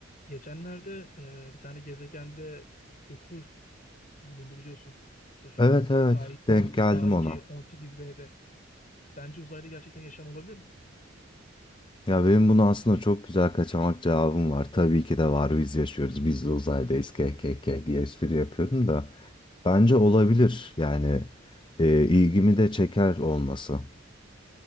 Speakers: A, on the left; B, on the left.
A: Geçenlerde e, bir tane gezegende sülfür bulundu biliyorsun. Dur.
B: Evet evet
A: K
B: denk
A: on-
B: geldim
A: K2
B: ona.
A: 18b'de. Sence uzayda gerçekten yaşam olabilir mi?
B: Ya benim bunu aslında çok güzel kaçamak cevabım var. Tabii ki de var biz yaşıyoruz biz de uzaydayız kkk diye espri yapıyorum da. Bence olabilir yani e, ilgimi de çeker olması.